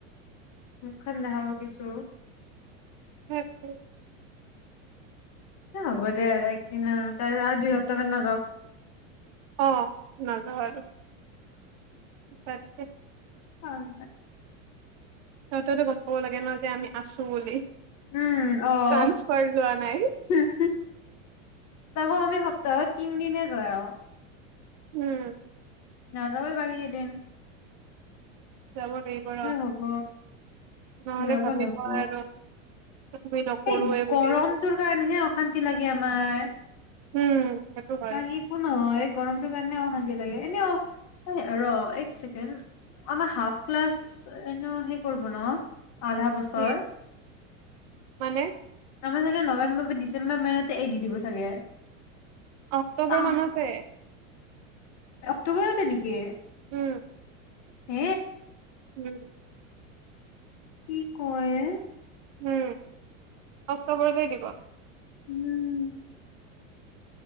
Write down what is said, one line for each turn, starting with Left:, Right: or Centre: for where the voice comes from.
Left: মুখখন দেখাব কিছো।
Right: হম হ
Left: হ'ব দে আৰু একদিিন তাৰ আৰু দুই সপ্তাহ মান নাযাও
Right: অ নাজা আৰু আছে
Left: হ'ব
Right: সিহঁতেতো গম পাব লাগে নহয় যে আমি আছো বুলি
Left: উম আহ
Right: ট্ৰান্সফাৰ লোৱা নাই
Left: হুহো তাকৌ আমি সপ্তাহত তিনিদিনে যোৱা আৰু
Right: উম
Left: নাযাৱ বাগি এ দিন
Right: যাব লাগিব ৰ
Left: হ'ব
Right: নহলে
Left: যাব
Right: ভাবিব
Left: লাগিব
Right: আৰু তুমি নকৰোৱে
Left: এই
Right: বুলি
Left: গৰমটোৰ
Right: একো
Left: কাৰণেহে অশান্তি লাগে মাৰ
Right: উম। সেইটো হয়
Left: বাকী একো নহয়। এই গৰমটোৰ কাৰণে অ' অশান্তি লাগে। এনে অফ, ৰ' এক চেকেণ্ড, আমাৰ হাফ ক্লাচ এনেও হেই কৰিব ন'। আধা বছৰ
Right: কি মানে
Left: আমাৰ চাগে নৱেম্বৰ ডিচেম্বৰ মাহতে এ দি দিব চাগে।
Right: অক্টোবৰ
Left: আহ
Right: মানতে।
Left: অক্টোবৰতে নেকি?
Right: উম।
Left: উম
Right: উম।
Left: কি কয় এ
Right: উম অক্টোবৰতে দিব
Left: উম।